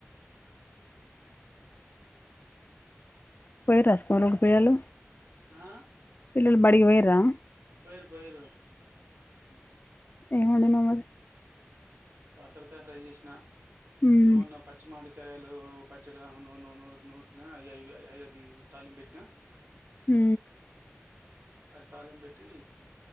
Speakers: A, on the left (about 45°); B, on the right (about 55°).
A: పోయి రాసుకోని ఒకపోయలు
B: ఆ
A: పిల్లలు బడికి పోయ రా
B: పు యరు పు యరు
A: ఏ మంటనా మరి
B: కాకరకాయ ఫ్రై చేసిన
A: హ్మ్
B: న్న పచ్చి మాడికా కాయలు పచ్చడి నూరు నూరు ఐది తాలిం పెట్టినా
A: హ
B: అది తాలిం పెట్టి